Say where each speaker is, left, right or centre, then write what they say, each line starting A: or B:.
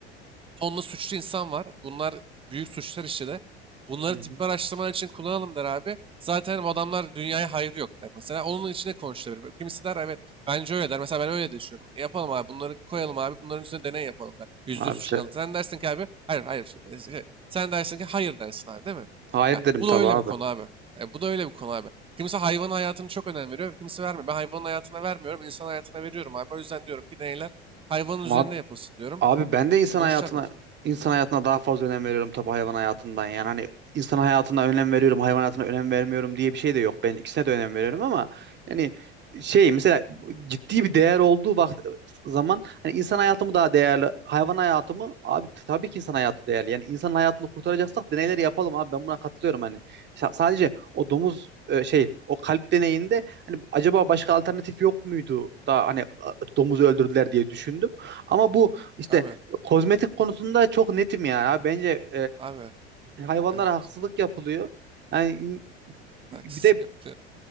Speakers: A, on the right; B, on the right.
A: Tonla suçlu insan var. Bunlar büyük suçlar işledi. Bunları
B: Hı hı.
A: tıbbi araştırmalar için kullanalım der abi. Zaten hani bu adamlar dünyaya hayrı yok der. Mesela onun içine konuşulabilir. Kimisi der evet bence öyle der. Mesela ben öyle düşünüyorum. E, Yapalım abi bunları koyalım abi bunların üstüne deney yapalım der. Yüzde
B: Abi
A: yüz suç
B: şey,
A: kalır. Sen dersin ki abi hayır hayır. işte, E, şey, Sen dersin ki hayır dersin abi değil mi?
B: hayır
A: Ha,
B: derim
A: bu
B: tabii
A: da öyle
B: abi.
A: bir konu abi. E, bu da öyle bir konu abi. Kimisi hayvanın hayatını çok önem veriyor. Kimisi vermiyor. Ben hayvanın hayatına vermiyorum. insan hayatına veriyorum abi. O yüzden diyorum ki deneyler hayvanın
B: Abi
A: üzerinde yapılsın diyorum.
B: Abi ben de insan
A: Buluşlar
B: hayatına
A: bu.
B: insan hayatına daha fazla önem veriyorum tabii hayvan hayatından. Yani hani insan hayatına önem veriyorum, hayvan hayatına önem vermiyorum diye bir şey de yok. Ben ikisine de önem veriyorum ama yani şey mesela ciddi bir değer olduğu vakt zaman hani insan hayatımı daha değerli, hayvan hayatımı abi t- tabii ki insan hayatı değerli. Yani insan hayatını kurtaracaksak deneyleri yapalım abi. Ben buna katılıyorum hani. Sa- sadece o domuz e, şey o kalp deneyinde hani acaba başka alternatif yok muydu da hani a- domuzu öldürdüler diye düşündüm. Ama bu işte
A: Abi,
B: kozmetik konusunda çok netim yani. Abi bence
A: abi,
B: e, hayvanlara
A: evet.
B: haksızlık yapılıyor. Yani
A: Haksızlık
B: bir de
A: yaptı.